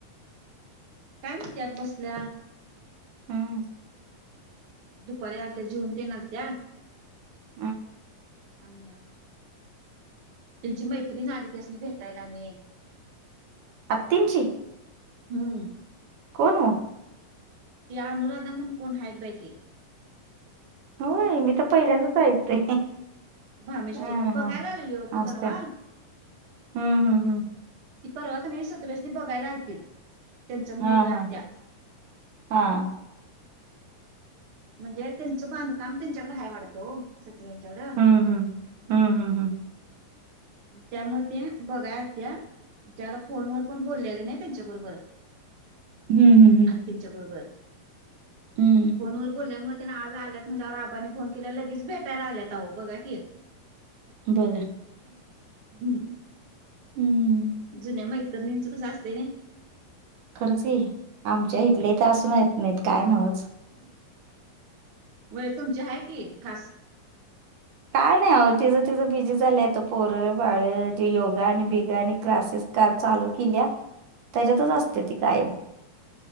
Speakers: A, on the right; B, on the right.
A: काय म्हणत्यात, बसल्या.
B: हं.
A: दुपारी आलत्या, जेवून तेन आलत्या.
B: <unintelligible>
A: आणि- त्यांची मैत्रीण आली त्यासनी भेटायला आणि
B: आत्तींची
A: हम्म
B: कोण ओ?
A: ती अनुराधा म्हणून कोण हायेत बाई ते
B: होय मी त पहिल्यांदाच ऐकते.
A: भामिष्टे
B: हा
A: बघायला
B: हा
A: आलेली ओ ती
B: असतय
A: परवा
B: हम्म हम्म हम्म
A: ती परवा कनाय सतव्यासनी बघायला आलतीत. त्यांचा मुलगा
B: हां हां
A: आणि त्या
B: हां.
A: म्हणजे त्यांचं बांधकाम त्यांच्याकडं हाय वाढतो ओ सतव्याच्याकडं
B: हूं हूं हूं हूं हूं
A: मं त्यामुळ ते बघाय आलत्या त्या आता फोनवर पण बोललेल्या नाय त्यांच्याबरोबर
B: हम्म हम्म हम्म
A: आत्तीच्या बरोबर
B: हम्म
A: फोन वर बोल बोलल्यामुळ त्यानं आज आल्यात म्हणल्यावर आज आबांनी फोन केला लगेच भेटाय आल्यात आहो बघा की
B: बघा
A: <unintelligible>
B: अम्म
A: जुन्या मैत्ररणीचं कसं असतय नय
B: खरच की आमच्या इथले त असून यत नाहीत काय नव्हच
A: व्हय तुमची हाय की खास
B: काय नाय आहो तिज तिज बिझी झालंय आता पोरं बाळ ते योगा आणि बिगा आणि क्लासेस कार चालू केलीया
A: <inaudible>
B: त्याज्यातच असते
A: हम्म
B: ती कायम